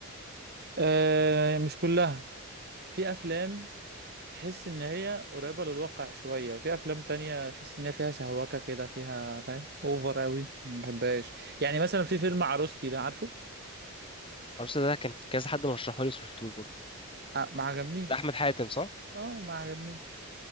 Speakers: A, on the right; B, on the left.
A: آه مش كلها في افلام تحس ان هي قريبة للواقع شوية وفي افلام تانية تحس ان هي فيها سهوكة كده فيها فاهم اوفر قوي ما بحبهاش يعني مثلا في فيلم عروستي ده عارفه
B: عروسه ده كان كذا حد مرشحه لي بس ما شفتوش برضه
A: آه ما عجبنيش
B: ده احمد حاتم صح
A: اه ما عجبنيش